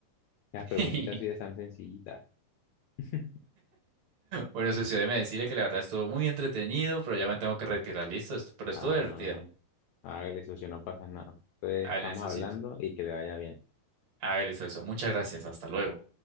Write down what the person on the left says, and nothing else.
Las
preguntitas sí están sencillitas. <laughs>
Ah,
hágale, socio, no pasa nada. Entonces,
estamos
hablando y que le vaya bien.